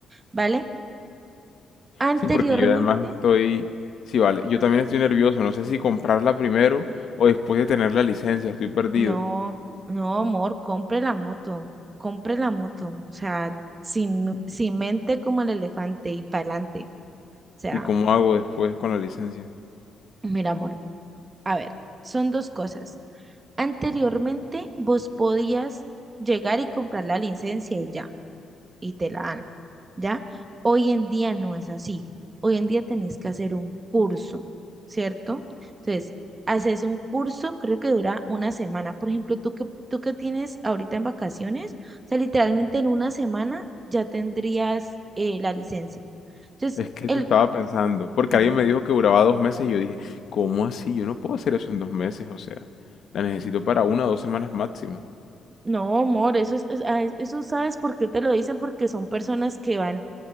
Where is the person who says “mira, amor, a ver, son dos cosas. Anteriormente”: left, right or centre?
Right